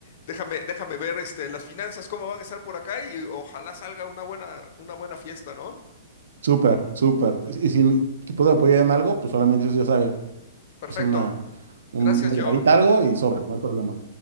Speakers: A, on the left; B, on the right.
A: déjame, déjame ver, este, las finanzas, cómo van a estar por acá y ojalá salga una buena, una buena fiesta, ¿no?
B: Súper, súper. Y si te puedo apoyar en algo, pues solamente ya sabes,
A: Perfecto.
B: es una, un-
A: Gracias,
B: una
A: Joe.
B: llamadita, algo y sobre, no hay problema.